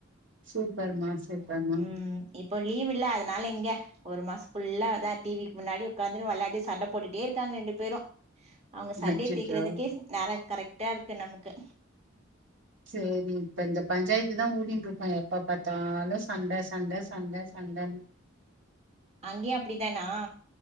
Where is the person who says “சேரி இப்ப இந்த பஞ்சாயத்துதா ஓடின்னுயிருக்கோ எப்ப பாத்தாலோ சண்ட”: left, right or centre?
Right